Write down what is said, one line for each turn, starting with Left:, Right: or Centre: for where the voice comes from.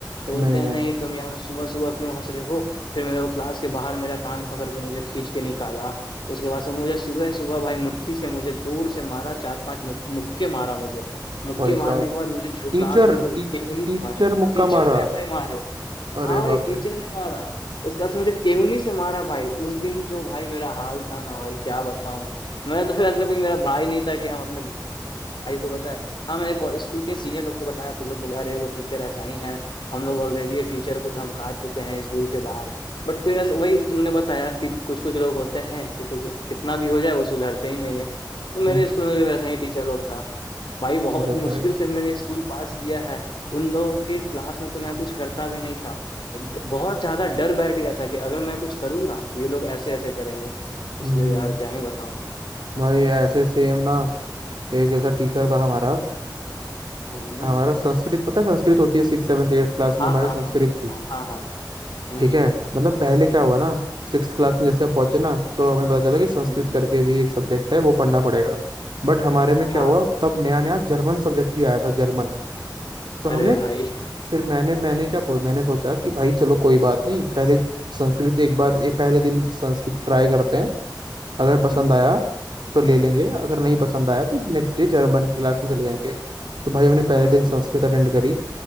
Left: तो बोलते
Right: नहीं
Left: हैं
Right: नहीं
Left: नहीं तुम यार सुबह सुबह क्यों हंस रहे हो फिर मेरे को क्लास के बाहर मेरा कान पकड़ के मुझे खींच के निकाला उसके बाद से मुझे सुबह सुबह भाई मुट्ठी से मुझे दूर से मारा चार पांच मुक, मुक्के मारा मुझे मुक्के
Right: भाई
Left: मारने
Right: साहब
Left: के बाद मुझे झुका
Right: टीचर
Left: कर
Right: टी,
Left: केहूनी से
Right: टीचर
Left: मारा
Right: मुक्का
Left: टीचर
Right: मारा
Left: ने भाई मारे
Right: अरे
Left: हाँ भाई
Right: बाप
Left: टीचर
Right: रे
Left: ने मारा उसके बाद से मुझे केहूनी से मारा भाई उस दिन जो भाई मेरा हाल था ना भाई क्या बताऊं मेरा तो <laughs> ऐसा कोई मेरा भाई नहीं था कि हम अपने भाई को पता है हाँ मैंने को- स्कूल के सीनियर लोग को बताया तो लोग बोले अरे वो टीचर ऐसा ही है हम लोग ऑलरेडी ये टीचर को धमका चुके हैं स्कूल के बाहर बट कोई ऐसा वही जो तुमने बताया कि कुछ कुछ लोग होते हैं कि कुछ कितना भी हो जाए वो सुधरते ही नहीं है तो मेरे
Right: हम्म,
Left: स्कूल में भी वैसा ही टीचर लोग था भाई बहुत
Right: अरे
Left: मुश्किल
Right: भाई
Left: से मैंने स्कूल पास किया है उन लोगों के क्लास में तो मैं कुछ करता भी नहीं था एक, बहुत ज्यादा डर बैठ गया था कि अगर मैं कुछ करूंगा तो ये लोग ऐसे ऐसे करेंगे इसलिए
Right: हम्म
Left: यार क्या ही बताऊं
Right: भाई ऐसे सेम ना एक ऐसा टीचर था हमारा आ,
Left: वो है ना
Right: हमारा संस्कृत पता है संस्कृत होती है सिक्स सेवन्थ एट्थ क्लास में
Left: हाँ
Right: हमारे
Left: हाँ
Right: संस्कृत थी
Left: हाँ हाँ हाँ हम्म
Right: ठीक है मतलब पहले क्या हुआ ना सिक्स क्लास में जैसे हम पहुंचे ना तो हमें पता चला कि संस्कृत
Left: हम्म हम्म,
Right: करके भी एक सब्जेक्ट है वो पढ़ना पड़ेगा बट हमारे में
Left: हाँ
Right: क्या हुआ
Left: हाँ,
Right: तब नया नया जर्मन सब्जेक्ट भी आया था जर्मन तो
Left: अरे
Right: हमने
Left: भाई
Right: फिर मैंने मैंने क्या बोल- मैंने सोचा कि भाई चलो कोई बात नहीं पहले संस्कृत एक बार एक पहले दिन संस्कृत ट्राई करते हैं अगर पसंद
Left: हम्म
Right: आया तो ले लेंगे अगर नहीं पसंद आया तो नेक्स्ट डे जर्मन की क्लास में चले जाएंगे तो भाई हमने पहले
Left: हम्म
Right: दिन संस्कृत अटेंड करी